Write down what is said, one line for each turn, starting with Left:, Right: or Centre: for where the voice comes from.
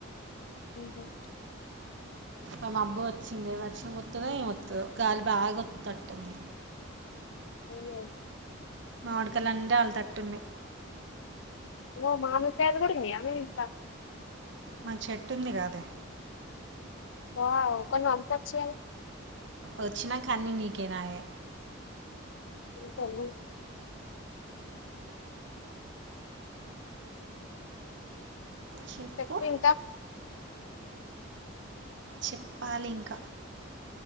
Left: ఊహు.
Right: ఒ మబ్బు వచ్చిందె వర్షమొత్తదో ఏమొత్తదొ గాలి బాగొత్తట్టుంది.
Left: అయ్యొ.
Right: మావ్డ్కాయలన్న్ రాల్తట్టున్నయ్.
Left: ఒ మామిడ్కాయల్ గూడున్నయా మీ ఇంట్ల
Right: మ చెట్టుంది గాదె.
Left: వావ్ కొన్న్ వంప్పచ్చ్ గనె
Right: ఒచ్నాకన్నీ నీకే నాయె
Left: తింటన్ని
Right: చిప్పు.
Left: చెప్పు ఇంకా
Right: చ్చెప్పాలింక.